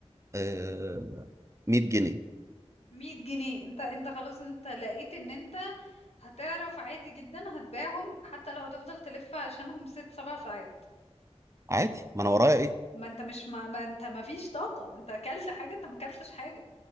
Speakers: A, on the right; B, on the left.
A: آه 100 جنيه
B: مية جنيه انت انت خلاص انت لقيت ان انت هتعرف عادي جدا هتبيعهم حتى لو هتفضل تلف عشانهم ست سبع ساعات
A: عادي ما انا ورايا ايه
B: ما انت مش ما, ما انت ما فيش طاقة انت اكلت حاجة انت ما اكلتش حاجة